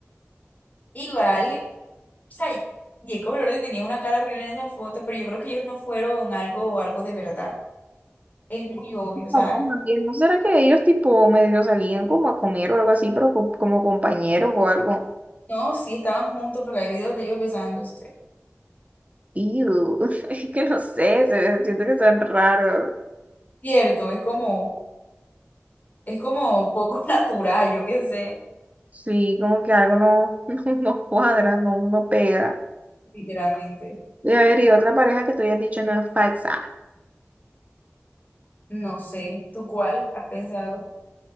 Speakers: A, on the left (about 35°); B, on the right (about 30°).
A: Igual, o sea, Jacob Elordi tenía una cara horrible en esas fotos pero yo creo que ellos no fueron algo, algo de verdad. Es muy obvio, o sea.
B: O- o más bien, ¿no será que ellos tipo medio salían como a comer o algo así, pero co- como compañeros o algo?
A: No, sí estaban juntos, porque hay videos de ellos besándose.
B: Ew, <laughs> es que no sé, se- siento que son raros.
A: Cierto, es como, es como poco <laughs> natural, yo qué sé,
B: Sí, como que algo no, <laughs> no, no cuadra, no, no pega.
A: literalmente.
B: Y a ver, y otra pareja que tú hayas dicho no es falsa.
A: No sé, ¿tú cuál has pensado?